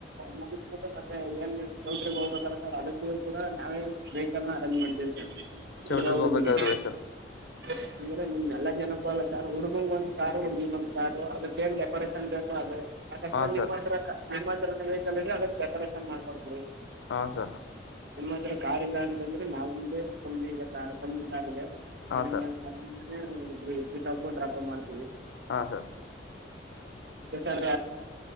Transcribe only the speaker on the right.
ಮುಗಿಸಬಿಟ್ಟು ಮತ್ತೆ ಏನ್ ಚೌಟ್ರಿಗೆ ಹೋಗ್ಬೇಕಾರ ಸರ್ ಅದಕ್ಕ ಕೂಡ ನಾವೇ ವೆಹಿಕಲ್ ನ ಅರೇಂಜ್ ಮಾಡ್ತೀವಿ ಸರ್.
ಹುಡುಗ ಹುಡುಗಿಗೆ
ಅಂದ್ರೆ ನಿಮ ಎಲ್ಲ ಜನ. ಹ ಅಲ್ಲ ಸರ್ ಹುಡುಗಂಗ ಒಂದ್ ಕಾರು ಹುಡುಗಿ ಒಂದ್ ಕಾರುಗ. ಏನ್ ಡೆಕೋರೇಷನ್ ಬೇಕು ಅದು. ಅಕಸ್ಮಾತ್
ನಿಮ್ಮ್ ಹತ್ರ ನಿಮ್ಮತ್ರ. ಅದಕ್ೇಕಡ ಚ ಮಾಡಕೊಡ್ತೀವಿ.
ನಿಮ್ಮ ಹತ್ರ ಕಾರ್ ಇಲ್ಲ ಅಂತಂದ್ರೆ ನಾ ಕಂಪನಿ ಇದೆ ಕಾರ್ ಕಮ್ಮಿ ಕಾರ್ ಇದೆ.
ಅದ್ರಿಂದ.
ೀ ಪಿಿಕಪ್ ಡಾಪ್ ಮಾಡ್ತೀವಿ.
ಮ ಸರ್